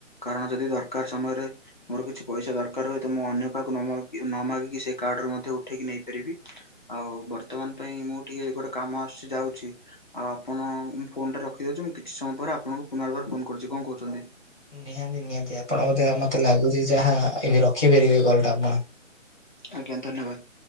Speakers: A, on the left; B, in the centre.
A: କାରଣ ଯଦି ଦରକାର ସମୟରେ ମୋର କିଛି ପଇସା ଦରକାର ହୁଏ ତ ମୁଁ ଅନ୍ୟ କାହାକୁ ନ ମାଗିକି ନ ମାଗିକି ସେ କାର୍ଡରୁ ମଧ୍ୟ ଉଠେଇକି ନେଇ ପାରିବି। ଆଉ ବର୍ତ୍ତମାନ ପାଇଁ ମୁଁ ଟିକେ ଗୋଟେ କାମ ଆସଛି ଯାଉଛି। ଆଉ ଆପଣ ମୁଁ ଫୋନ ଟା ରଖିଦଉଛି ମୁଁ କିଛି ସମୟ ପରେ ଆପଣଙ୍କୁ ପୁନର୍ବାର ଫୋନ କରୁଛି କଣ କହୁଛନ୍ତି?
B: ନିହାତି ନିହାତି ଆପଣ ବୋଧେ ଆ ମତେ ଲାଗୁଛି ଯାହା ଏବେ ରଖିପାରିବେ କଲ୍ ଟା ଆପଣ।
A: ଆଜ୍ଞା ଧନ୍ୟବାଦ।